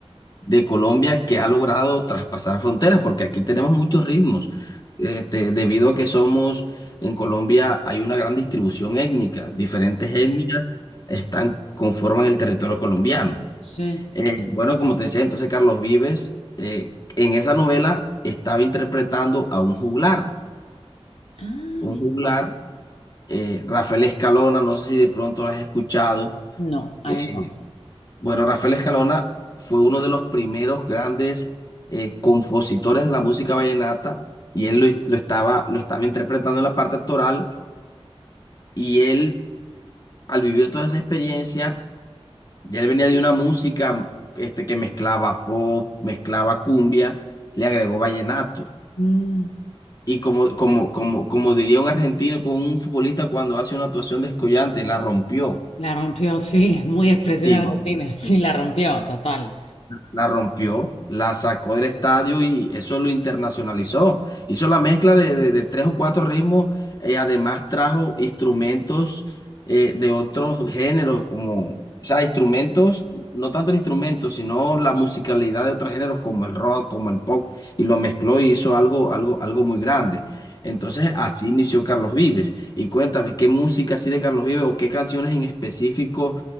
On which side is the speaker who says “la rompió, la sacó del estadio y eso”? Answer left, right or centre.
Left